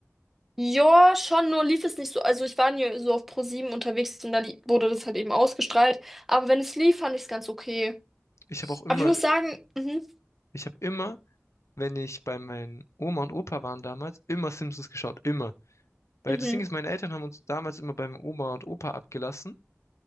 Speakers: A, in the centre; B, on the left.
A: Ja, schon, nur lief es nicht so. Also ich war nie so auf ProSieben unterwegs und da li- wurde das halt eben ausgestrahlt. Aber wenn es lief, fand ich es ganz okay.
B: Ich habe auch immer,
A: Aber ich muss sagen, mhm,
B: ich habe immer, wenn ich bei meinen Oma und Opa waren damals, immer Simpsons geschaut, immer. Weil
A: mhm,
B: das Ding ist, meine Eltern haben uns damals immer beim Oma und Opa abgelassen.